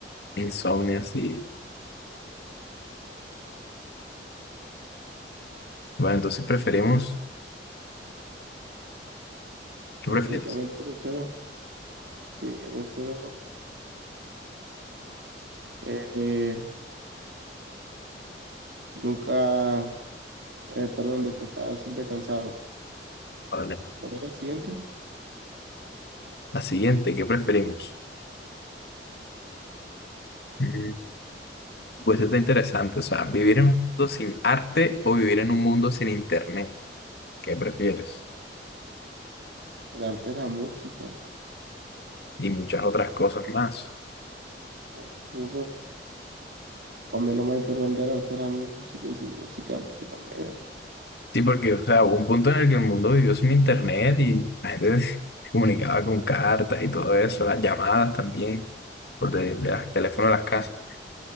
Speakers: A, on the left (about 65°); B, on the right (about 85°).
A: insomnio así. Bueno, entonces preferimos. ¿Qué
B: Sí,
A: prefieres?
B: definitivamente prefiero. Sí, yo prefiero eh, eh, nunca, eh, perdón, despertar siempre cansado.
A: Vale.
B: Volver al siguiente,
A: La siguiente, ¿qué preferimos? Mm, Pues está interesante. O sea, vivir en un mundo sin arte o vivir en un mundo sin internet. ¿Qué prefieres?
B: el arte de la música.
A: Y muchas otras cosas más.
B: Bueno, súper Para mí lo más importante del arte es la música y sin música, pues, Dios mío.
A: Sí, porque, o sea, hubo un punto en el que el mundo vivió sin internet y la gente <laughs> se comunicaba con cartas y todo eso, las llamadas también, por de, de los teléfonos de las casas.